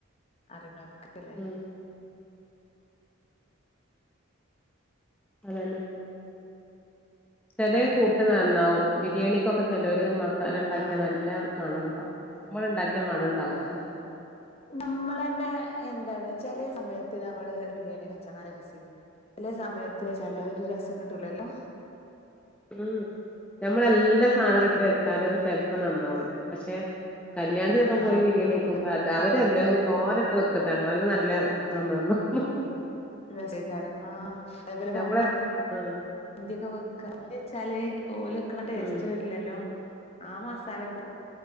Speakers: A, on the left; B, in the centre.
A: അറിണോൽക്ക് ഇടല്ലേ
B: ഉം അതന്നെ.
A: ആഹ്
B: ചെലെ കൂട്ട് നന്നാവും ബിരിയാണിക്കൊക്കെ ചെലൊര് മസാലണ്ടാക്കിയാ
A: ആഹ്
B: നല്ല മണണ്ടാവും. ഉം ഞമ്മള്ണ്ടാക്കിയ മണം
A: ആഹ് ആഹ്. നമ്മളെന്നെ എന്താണ് ചെലെ സമയത്ത് ഞമ്മള് ബിരിയാണിക്കെവെച്ചാ നല്ല രസെയ് ചെലെ സമയത്ത് വെച്ചാല് ആ ഒര്
B: ഉം
A: രസം കിട്ടൂലല്ലോ.
B: ഉം ഞമ്മളെല്ലാ സാധനിട്ട്
A: ഏഹ്
B: വെച് ച്ചാലും ചെൽപ്പോ നന്നാവൂല്ല പക്ഷെ കല്യാണത്തിനൊക്കെ
A: ആഹ്
B: പോയി ബിരിയാണി
A: നന്നാവൂല
B: കയ്ക്കുമ്പോ അ
A: അപ്പ
B: തവര്ന്നല്ലോം തോനെട്ട് വെക്ക്ന്നതാണ് അവര്ക്ക് നല്ല നന്നാവും
A: നല്ല രസായ്കാരം ആഹ് അതെപോലെ
B: നമ്മളെ
A: നമ്മളന്ന്‌
B: ഉം
A: ന്തിയൊക്കെ വെക്കാ മന്തിവെച്ചാല് ഓല് വെക്ക്ണ ടേസ്റ്റ്
B: ഉം
A: വര്ല്ലല്ലോ ആ മസാലകൂ